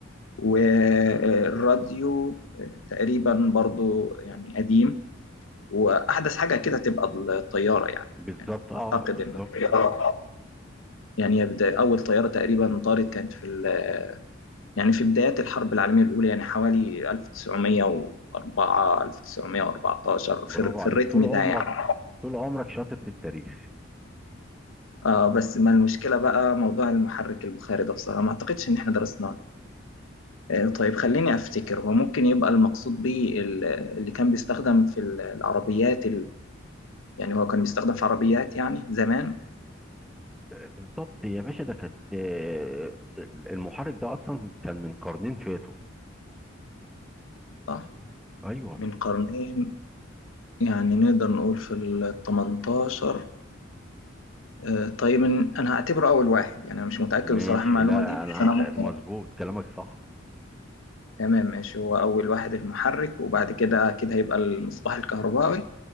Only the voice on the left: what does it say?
والراديو آه، تقريبا برضو يعني قديم واحدث حاجه كده تبقى الطياره يعني
يعني
اعتقد
ان الطياره يعني بدا- اول طياره تقريبا طارت كانت في ال- يعني في بدايات الحرب العالميه الاولى يعني حوالي 1904 1914
في, ال- في
الريتم
ده
يعني
آه بس ما المشكله بقى موضوع المحرك البخاري ده بصراحه ما اعتقدش ان احنا درسناه آه طيب خليني افتكر هو ممكن يبقى المقصود بيه ال- اللي كان بيستخدم في ال- العربيات يعني هو كان بيستخدم في عربيات يعني زمان
صح
من قرنين يعني نقدر نقول في ال 18 آه، طيب إن- انا هعتبره اول واحد يعني انا مش متاكد
بصراحه من المعلومه
دي بس
انا ممكن
تمام ماشي هو اول واحد المحرك وبعد كده كده هيبقى المصباح الكهربائي